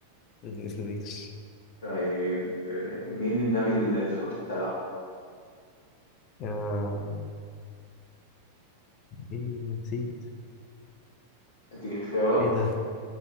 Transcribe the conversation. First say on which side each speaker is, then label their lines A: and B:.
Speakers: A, on the left (about 35°); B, on the left (about 65°).
A: <laughs> ماشي
B: طيب آه، مين النبي اللي الحوت بتاعه
A: آه، ايه نسيت
B: دي اختيارات
A: ايه ده؟